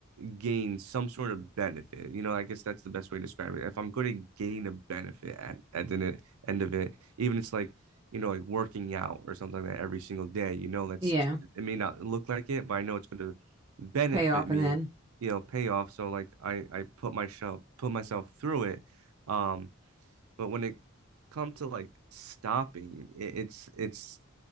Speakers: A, on the right; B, on the right.
A: gain some sort of benefit. You know, I guess that's the best way to describe it. If I'm going to gain a benefit at, at the end of it, even it's like, you know, like working out or something like that every single day, you know, that's
B: Yeah.
A: it may not look like it, but I know it's going to benefit
B: Pay off
A: me,
B: and then.
A: you know, pay off. So like I I put myself put myself through it. Um but when it comes to like stopping, it, it's it's